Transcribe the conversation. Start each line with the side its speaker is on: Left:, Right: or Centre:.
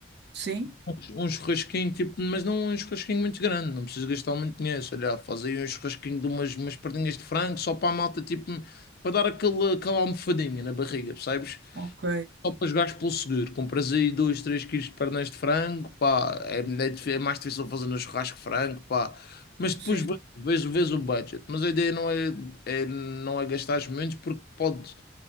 Right: Sim,
Left: Um chur- um churrasquinho, tipo, mas não um churrasquinho muito grande, não precisas gastar muito dinheiro. Sei lá, faz aí um churrasquinho de umas, umas perninhas de frango só para a malta, tipo, para dar aquele, aquela almofadinha na barriga, percebes?
Right: ok,
Left: Só para jogares pelo seguro. Compras aí 2, 3 quilos de pernas de frango, pá, é, é dif- é mais difícil fazer no churrasco frango, pá. Mas depois
Right: sim.
Left: vês, vês, vês o budget. Mas a ideia não é, é, não é gastares muito porque pode,